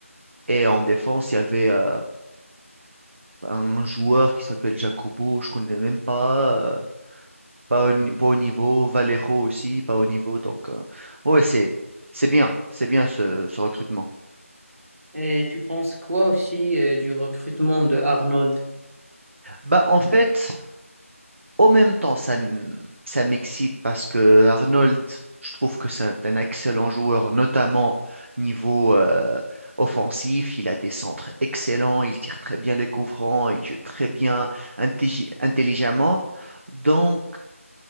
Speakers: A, on the right; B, on the right.
A: Et en défense, il y avait euh, un joueur qui s'appelle Jacobo, je connais même pas. euh, pas, au, ni- pas au niveau. Valero aussi, pas au niveau. Donc, euh, ouais, c'est, c'est bien. C'est bien ce, ce recrutement.
B: Et tu penses quoi aussi euh, du recrutement de Arnold?
A: Bah, en fait, En même temps, ça, m- ça m'excite parce que Arnold, je trouve que c'est un excellent joueur, notamment niveau euh, offensif. Il a des centres excellents, il tire très bien les coups francs, il joue très bien intelli- intelligemment. Donc,